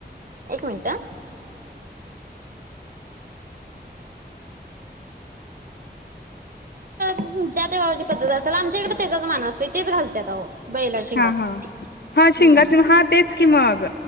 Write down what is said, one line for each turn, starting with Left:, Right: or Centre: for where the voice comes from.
Right: एक मिनट. तुमच्या देवाची पद्त असला आमच्याकडे त्याचाच मान असतेय तेच घालत्यात अहो. बैला शिंगात
Left: हा हा हा, शिंगात
Right: हम्म
Left: हा तेच की मग.